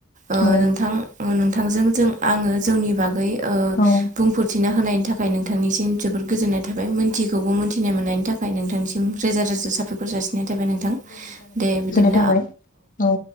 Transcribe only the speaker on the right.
ओ
नोंथां नोंथांजों जों आङो जोंनि बागै ओ
बुंफोरथिना होनायनि नि थाखाय नोंथांनिसिम जोबोद गोजोननाय थाबाय मोनथिखौबो मोनथिनाय मोननायनि थाखाय नोंथांसिम रोजा रोजा साबायखर जासिननाय थाबाय नोंथां दे